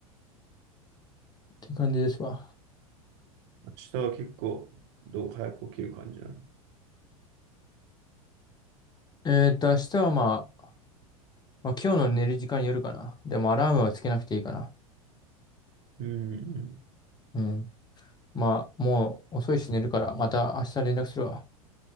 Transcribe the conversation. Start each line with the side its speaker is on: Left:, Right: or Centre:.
Left: って感じですわ。
Right: 明日は結構、どう早く起きる感じなの。
Left: えーっと、明日はまあ、まあ、今日の寝る時間によるかな。でもアラームはつけなくていいかな。
Right: うん、う
Left: うん。まあ、もう遅いし寝るから、また明日連絡するわ。